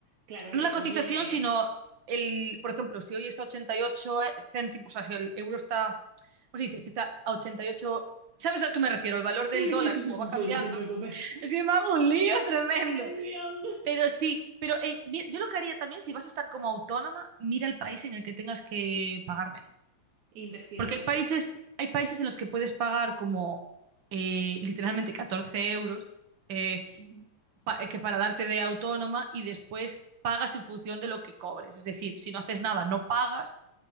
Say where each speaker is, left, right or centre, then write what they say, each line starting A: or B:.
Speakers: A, on the right; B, on the right.
A: Claro, ahí
B: No
A: te
B: la
A: conviene.
B: cotización, sino el, por ejemplo, si hoy está a ochenta y ocho céntimos, o sea, si el euro está, ¿cómo se dice? Si está a 88? ¿sabes a qué me refiero? El valor
A: Sí,
B: del dólar,
A: sí, sí, sí,
B: como
A: sí,
B: va
A: sí,
B: cambiando.
A: no te preocupes.
B: Es que me hago un lío tremendo.
A: Ay, Dios.
B: Pero sí, pero eh, mi- yo lo que haría también, si vas a estar como autónoma, mira el país en el que tengas que pagar menos.
A: Investigar
B: Porque
A: eso.
B: hay países, hay países en los que puedes pagar como eh, literalmente 14 euros eh,
A: Ujú.
B: pa- que para darte de autónoma y después pagas en función de lo que cobres. Es decir, si no haces nada, no pagas.